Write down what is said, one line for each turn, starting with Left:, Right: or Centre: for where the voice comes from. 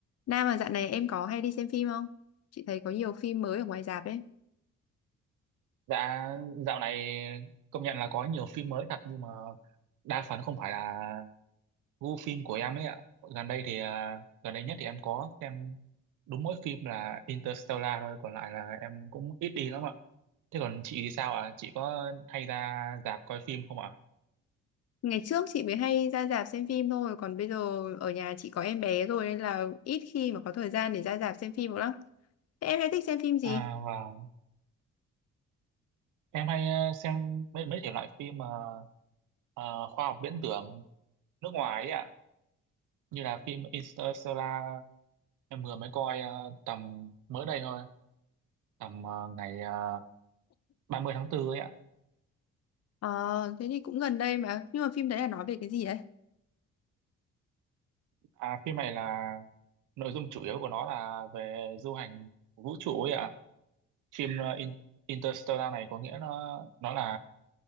Left: Nam mà dạo này em có hay đi xem phim không? Chị thấy có nhiều phim mới ở ngoài rạp đấy.
Right: Dạ dạo này công nhận là có nhiều phim mới thật nhưng mà đa phần không phải là gu phim của em ấy ạ. Gần đây thì à, gần đây nhất thì em có xem đúng mỗi phim là Interstellar thôi, còn lại là em cũng ít đi lắm ạ. Thế còn chị thì sao ạ? Chị có hay ra rạp coi phim không ạ?
Left: Ngày trước chị mới hay ra rạp xem phim thôi, còn bây giờ ở nhà chị có em bé rồi nên là ít khi mà có thời gian để ra rạp xem phim lắm. Thế em hay thích xem phim gì?
Right: À vâng, em hay ờ, xem mấy mấy thể loại phim mà ờ, khoa học viễn tưởng nước ngoài ấy ạ, như là phim Interstellar em vừa mới coi ờ, tầm mới đây thôi. tầm ờ, ngày ờ, 30 tháng 4 ấy ạ.
Left: Ờ, thế thì cũng gần đây mà. Nhưng mà phim đấy là nói về cái gì đấy?
Right: À phim này là nội dung chủ yếu của nó là về du hành vũ trụ ấy ạ. Phim ờ, In- Interstellar này có nghĩa nó nó là